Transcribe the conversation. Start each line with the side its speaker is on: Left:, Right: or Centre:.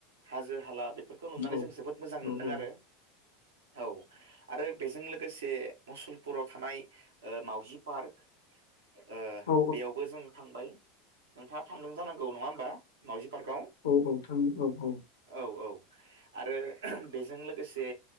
Right: हाजो हाला बे फोरखौ नुनानै
Left: औ
Right: जों जोबोद मोजां
Left: औ
Right: मोनदों
Left: औ
Right: आरो। औ आरो बेजों लो गोसे मुसलपुराव थानाय मावजि पार्क ओ
Left: औ
Right: बेयावबो जों थांबाय। नोंथांङा थांदों जानां घौ नंङा होनबा मावजि पार्कआव?
Left: औ औ थां औ औ
Right: औ औ आरो बेजों लोगोसे